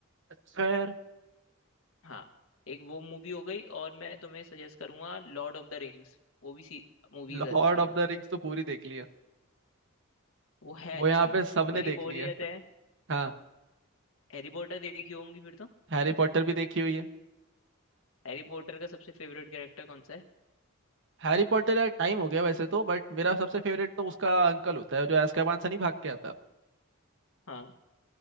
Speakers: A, on the right; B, on the left.
A: खैर
B: हाँ एक वो मूवी हो गई और मैं तुम्हें सजेस्ट करूंगा लॉर्ड ऑफ द रिंग्स वो भी सी मूवीज
A: लॉर्ड
B: अच्छी है
A: ऑफ द रिंग्स तो पूरी देख ली है
B: वो है
A: वो
B: अच्छी
A: यहाँ पे सबने
B: भली
A: देख
B: बोरियत
A: ली है
B: है
A: हाँ
B: हैरी पॉटर देखी होंगी फिर तो
A: हैरी पॉटर भी देखी हुई है
B: हैरी पॉटर का सबसे फेवरेट कैरेक्टर कौन सा है
A: हैरी पॉटर यार टाइम हो गया वैसे तो बट मेरा सबसे फेवरेट तो उसका अंकल होता है जो एazkaban से नहीं भाग के आता
B: हाँ